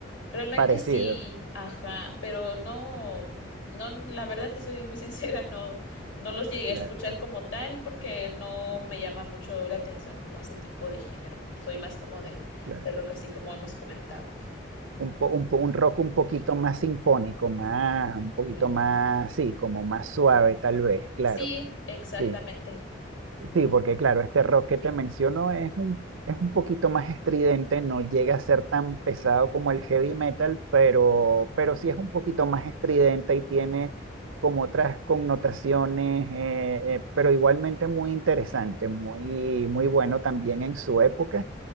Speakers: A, on the left; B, on the right.
A: Realmente
B: parecido,
A: sí, ajá, pero no, no, la verdad te soy muy sincera, no, no los llegué
B: claro,
A: a escuchar como tal porque no me llama mucho la atención como ese tipo de género. Soy más como del,
B: claro.
A: del rock, así como hemos comentado.
B: Un, po- un, po- un rock un poquito más sinfónico, más, un poquito
A: Sí.
B: más, sí, como más suave, tal vez, claro,
A: Sí, exactamente.
B: sí. Sí, porque claro, este rock que te menciono es un, es un poquito más estridente, no llega a ser tan pesado como el heavy metal, pero, pero sí es un poquito más estridente y tiene como otras connotaciones, eh, eh, pero igualmente muy interesante, muy, muy bueno también en su época.